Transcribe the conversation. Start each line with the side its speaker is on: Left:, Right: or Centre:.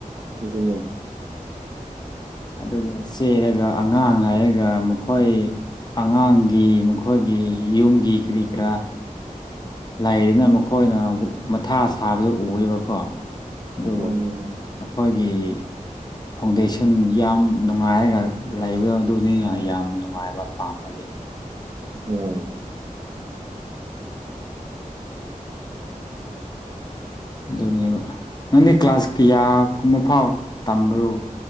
Right: ꯑꯗꯨꯅ
Left: ꯑꯗꯨꯒ ꯆꯦꯔꯒ ꯑꯉꯥꯡ ꯍꯥꯏꯔꯒ ꯃꯈꯣꯏ ꯑꯉꯥꯡꯒꯤ ꯃꯈꯣꯏꯒꯤ ꯌꯨꯝꯒꯤ ꯀꯔꯤ ꯀꯔꯥ ꯂꯥꯏꯔꯤꯅ
Right: ꯎꯝ
Left: ꯃꯈꯣꯏꯅ ꯃꯊꯥ ꯁꯥꯕꯗ ꯎꯕꯀꯣ ꯑꯗꯨ
Right: ꯃꯥꯅꯤ ꯃꯥꯅꯤ
Left: ꯑꯩꯈꯣꯏꯒꯤ ꯐꯥꯎꯟꯗꯦꯁꯟ ꯌꯥꯝ ꯅꯨꯡꯉꯥꯏꯔꯒ ꯂꯩꯕꯗꯣ ꯑꯗꯨꯅꯤꯅ ꯌꯥꯝ ꯅꯨꯡꯉꯥꯏꯕ ꯄꯥꯝꯕꯁꯦ
Right: ꯍꯣꯏ
Left: ꯑꯗꯨꯅꯦꯕ ꯅꯪꯗꯤ ꯀ꯭ꯂꯥꯁ ꯀꯌꯥ ꯀꯨꯝꯕ ꯐꯥꯎ ꯇꯝꯕ꯭ꯔꯣ